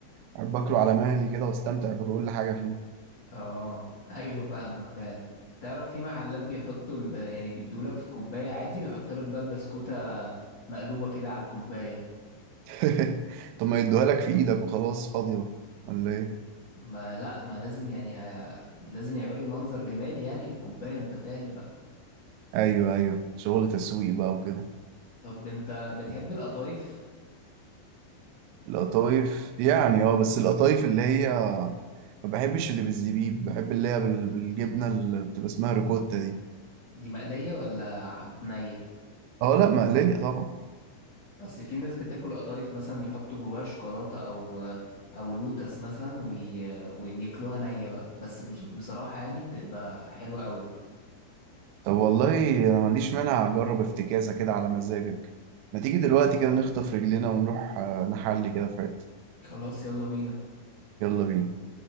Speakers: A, on the right; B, on the left.
A: أحب أكله على مهلي كده وأستمتع بكل حاجة فيه
B: اه ايوه فاهمك فعلا تعرف في محلات بيحطوا ال... يعني بيدولك في كوباية عادي ويحط لك بقى البسكوتة مقلوبة كده على الكوباية
A: <laughs> طب ما يدوها لك في إيدك وخلاص فاضية ولا إيه؟
B: ما لا ما لازم يعني ه... لازم يعملوا منظر جمالي يعني للكوباية انت فاهم بقى
A: أيوه أيوه شغل تسويق بقى وكده
B: طب انت بتحب القطايف
A: القطايف يعني اه بس القطايف اللي هي ما بحبش اللي بالزبيب بحب اللي هي بال- بالجبنة اللي بتبقى اسمها ريكوتا دي
B: دي مقلية ولا نية
A: اه لا مقلية طبعا
B: اصل في ناس بتاكل قطايف مثلا يحطوا جواها شوكولاتة او او لوتس مثلا وي... وبياكلوها نية بقى بس بص- بصراحة يعني بتبقى حلوة قوي
A: طب والله أنا ما عنديش مانع أجرب افتكاسة كده على مزاجك ما تيجي دلوقتي كده نخطف رجلنا ونروح آه، نحلي كده في حتة
B: خلاص يلا بينا
A: يلا بينا